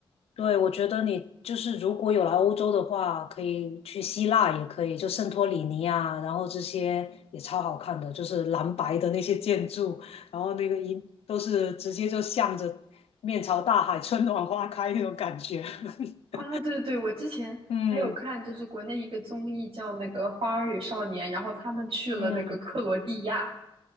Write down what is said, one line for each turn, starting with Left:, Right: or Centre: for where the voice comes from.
Left: 对，我觉得你就是如果有来欧洲的话，可以去希腊，也可以就圣托里尼啊，然后这些也超好看的，就是蓝白的那些建筑，然后那个一都是直接就向着面朝大海，春暖花开那种感觉。
Right: <laughs>
Left: <laughs>
Right: 啊！对对对，我之前还有看，
Left: 嗯
Right: 就是国内一个综艺叫那个《花儿与少年》，然后他们去了那个克罗地亚，
Left: 嗯，